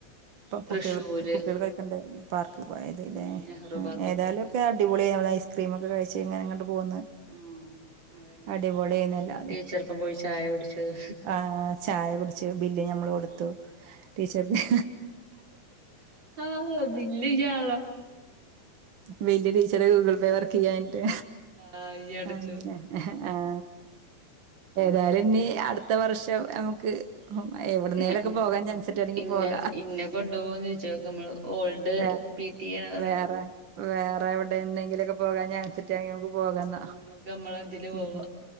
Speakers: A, on the right (about 70°); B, on the right (about 35°).
A: പ്പ കുട്ടികള്
B: തൃശ്ശൂര്
A: കുട്ടികള് കളിക്കണ്ട പാർക്ക് പോയത്
B: ഉം
A: ല്ലേ
B: നെഹ്റു പാർക്ക്
A: ഏതായാലൊക്കെ
B: ഒക്കെ പോയത്
A: അടിപൊളിയായി <unintelligible> ഐസ്ക്രീമൊക്കെ കഴിച്ച് ഇങ്ങനിങ്ങട്ട് പോന്ന്
B: ആഹ് അതന്നെ
A: അടിപൊളിയേനല്ലോ അതും
B: ടീച്ചർപ്പം പോയി ചായ കുടിച്ചത്
A: ആഹ് ചാ ചായ കുടിച്ചു ബില്ല് ഞമ്മള് കൊടുത്തു ടീച്ചർക്ക്
B: ആഹ് ബില്ലിയ്യാ
A: വല്യ ടീച്ചറെ ഗൂഗിൾ പേ വർ കിഴാഞ്ഞിട്ട്
B: ആഹ് ഇയ്യ് അടച്ചു
A: അങ്ങനെ ആഹ ഏതായാലും ഇനി അടുത്ത വർഷം നമുക്ക് ഉ എവിടുന്നേലൊക്കെ
B: ഇന്ന
A: പോകാൻ ചാൻസ് കിട്ടാണെങ്കി
B: ഇന്ന
A: പോക
B: ഇന്നെ കൊണ്ടുപോകോന്ന് ചോദിച്ചോക്ക് നമ്മള് ഓൾഡ്
A: വേറെ
B: പി ടി എ എന്ന് പറഞ്ഞിട്ട്
A: വേറെ വേറെ എവിടെ എന്തെങ്കിലും പോകാൻ ചാൻസ് നികിട്ടാനായി ണ നമ്മക്ക്ച്ചിട്ട് പോകന്നാ
B: ആഹ് നമ്മക്ക് നമ്മളെ ഇതില്
A: ഉ
B: പോവാ